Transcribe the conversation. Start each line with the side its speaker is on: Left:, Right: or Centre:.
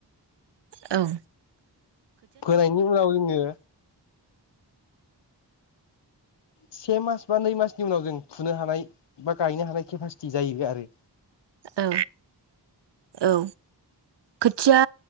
Right: औ।
Left: फोनायनि उनाव जोंङो से मास बा नै मासनि उनाव जों फुनो हानाय बा गायनो हानाय केपासिटि जाहैबाय आरो।
Right: औ औ खोथिया